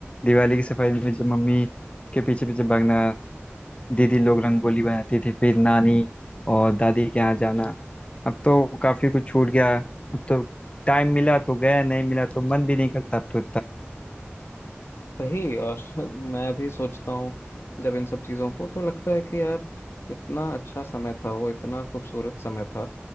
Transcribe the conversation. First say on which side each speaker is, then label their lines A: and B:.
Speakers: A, on the left (about 25°); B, on the left (about 65°).
A: दिवाली की सफाई में जब मम्मी के पीछे पीछे भागना दीदी लोग रंगोली बनाती थी फिर नानी और दादी के यहाँ जाना अब तो काफी कुछ छूट गया अब तो टाइम मिला तो गया नहीं मिला तो मन भी नहीं करता अब तो
B: वही और <laughs> मैं भी सोचता हूँ जब इन सब चीज़ों को तो लगता है कि यार इतना अच्छा समय था वो इतना खूबसूरत समय था